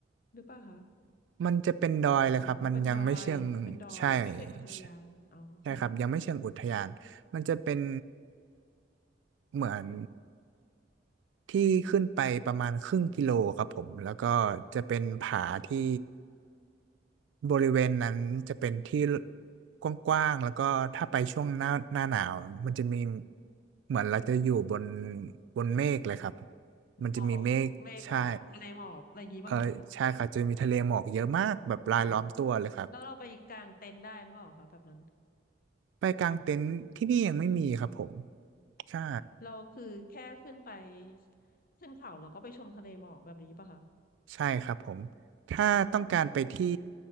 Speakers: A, on the left; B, on the right.
A: หรือเปล่าคะ
B: มันจะเป็นดอยเลยครับ
A: หรือว่าเป็นดอยเป็นดอยไม่ใช่อุทยานอ๋อค่ะ
B: มันยังไม่เชิงใช่ใช่ใช่ครับยังไม่เชิงอุทยานมันจะเป็นเหมือนที่ขึ้นไปประมาณครึ่งกิโลครับผม แล้วก็จะเป็นผาที่บริเวณนั้นจะเป็นที่กว้างๆแล้วก็ถ้าไปช่วงหน้าหน้าหนาวมันจะมีเหมือนเราจะอยู่บนบนเมฆเลยครับ
A: มันหมอกเมฆหมอกทะเลหมอกอะไรอย่างงี้ป่ะคะ
B: มันจะมีเมฆใช่ เออใช่ครับจะมีทะเลหมอกเยอะมากแบบรายล้อมตัวเลยครับ
A: อ๋อแล้วเราไปกางเต็นท์ได้หรือเปล่าคะแบบนั้น
B: ไปกางเต็นท์ที่นี่ยังไม่มีครับผมใช่
A: เราคือแค่ขึ้นไปขึ้นเขาเราก็ไปชมทะเลหมอกแบบนี้ป่ะคะ
B: ใช่ครับผมถ้าต้องการไปที่